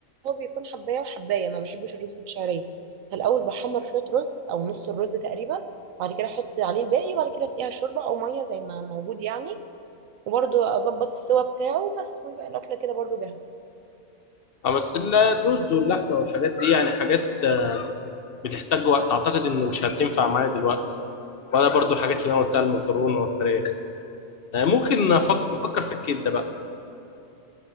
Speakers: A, on the right; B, on the left.
A: هو بيكون حبايه وحبايه ما بحبش الرز اللي بشعريه فالاول بحمر شويه رز او نص الرز تقريبا بعد كده احط عليه الباقي وبعد كده اسقيها شوربه او ميه زي ما موجود يعني وبرده اظبط السوا بتاعه بس ويبقى الاكله كده برده جاهزه
B: اه بس الرز واللحمه والحاجات دي يعني حاجات آه، بتحتاج وقت اعتقد ان مش هتنفع معايا دلوقتي ولا برضو الحاجات اللي انا قلتها المكرونه والفراخ آه، ممكن أفك... بفكر في الكبده بقى